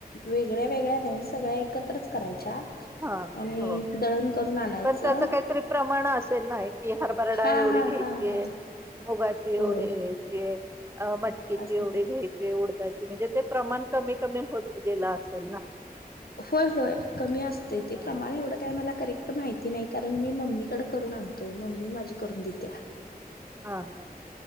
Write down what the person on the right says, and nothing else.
हा
हो
पण त्याच काहीतरी प्रमाण अस सेल ना की हरभरडा
डाळ एवढी
घ्यायचीय
मुगाची एवढी
घ्यायची ये अ मटकीची
एवढे घ्यायचीय उड म्हणजे ते प्रमाण कमी कमी होत गेलं असेल ना?
ह
हा हा